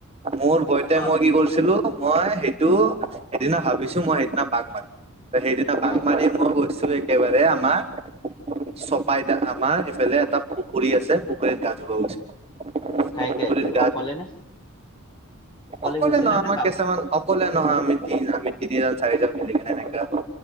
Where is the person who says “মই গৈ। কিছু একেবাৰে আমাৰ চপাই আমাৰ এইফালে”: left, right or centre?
Right